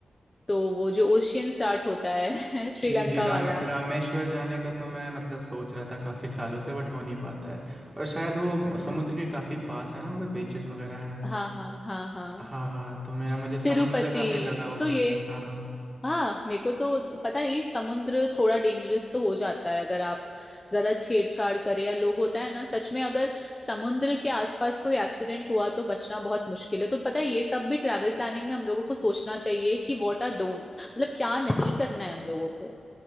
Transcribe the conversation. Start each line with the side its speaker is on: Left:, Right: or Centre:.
Left: तो वो जो ओशियन स्टार्ट होता है <laughs> श्रीलंका
Right: जी जी राम
Left: वाला
Right: रामेश्वर जाने का तो मैं मतलब सोच रहा था काफ़ी सालों से बट हो नहीं पाता है और शायद वो
Left: हम्म
Right: समुद्र के काफ़ी पास है ना वहाँ पे बीचेस वगैरह हैं
Left: हाँ हाँ हाँ हाँ
Right: हाँ हाँ तो मेरा मुझे समुद्र
Left: तिरुपति
Right: से काफ़ी लगाव
Left: तो
Right: भी
Left: ये
Right: है हाँ हाँ
Left: हाँ मेरे को तो पता नहीं समुद्र थोड़ा डेंजरस तो हो जाता है अगर आप ज्यादा छेड़छाड़ करें या लोग होता है ना सच में अगर समुद्र के आसपास कोई एक्सीडेंट हुआ तो बचना बहुत मुश्किल है तो पता है ये सब भी ट्रैवल प्लानिंग में हम लोगों को सोचना चाहिए कि व्हाट आर डोंट्स मतलब क्या नहीं करना है हम लोगों को